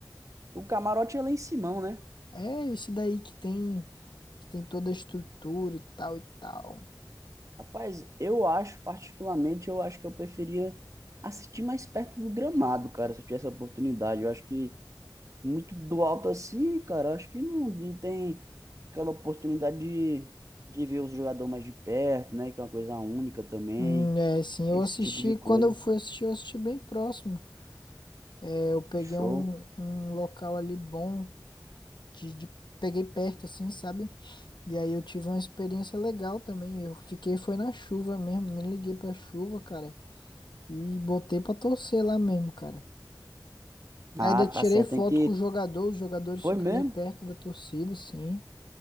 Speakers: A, on the right (about 45°); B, on the left (about 85°).
A: O camarote é lá em Simão, né?
B: É esse daí que tem, que tem toda a estrutura e tal e tal.
A: Rapaz, eu acho, particularmente, eu acho que eu preferia assistir mais perto do gramado, cara, se eu tivesse a oportunidade. Eu acho que muito do alto assim, cara. Acho que não, não tem aquela oportunidade de, de ver os jogadores mais de perto, né? Que é uma coisa única também.
B: Hum, é, sim, eu
A: Esse
B: assisti,
A: tipo de coisa.
B: quando eu fui assistir, eu assisti bem próximo. É, eu peguei
A: Show.
B: um, um local ali bom, de, de- peguei perto assim, sabe? E aí eu tive uma experiência legal também. Eu fiquei, foi na chuva mesmo, nem liguei pra chuva, cara. E botei pra torcer lá mesmo, cara.
A: Ah,
B: Ainda tirei
A: tá certo.
B: foto
A: Tem que.
B: com o jogador, os jogadores
A: Foi
B: ficam
A: mesmo?
B: ali perto da torcida, sim.